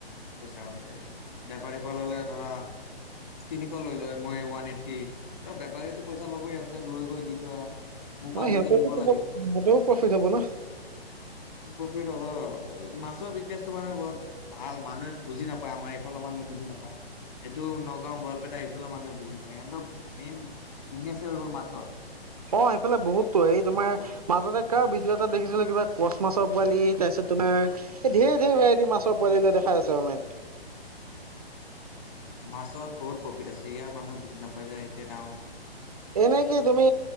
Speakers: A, on the left; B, on the right.
A: পইচা হৈ যায়। বেপাৰী ললে ধৰা তিনিশ লৈ লয়, মই ওৱান এইট্টি। ত' বেপাৰীতো পইচা লবই ইহঁতে লৈ গৈ দি থৈ আহে। মোৰ পৰা
B: অ' সিহঁতৰো
A: নিজে নিব
B: সিহঁতেও
A: লাগে
B: প্ৰফিট হব না।
A: প্ৰফিট হ'ব। মাছৰ বিজনেছো মানে বহুত ভাল, মানুহে বুজি নাপায় আমাৰ এইফালৰ মানুহে বুজি নাপায়। সেইটো নগাঁও বৰপেটা এইফালে মানুহে বুজি পায়, সিহঁতৰ মেইন বিজনেছে হৈ গ'ল মাছৰ।
B: অ সেইফালে বহুততো এই তোমাৰ মাজতে কাৰ ভিডিঅ' এটা দেখিছিলো কিবা কচ মাছৰ পোৱালি তাৰপিছত তোমাৰ এই ধেৰ ধেৰ ভেৰাটি মাছৰ পোৱালি দেখাই আছে অনলাইন
A: মাছত বহুত প্ৰফিট আছে ইয়াৰ মানুহে বুজি নাপাই য যে সেইটোৱে ডাঙৰ কথা
B: এনে কি তুমি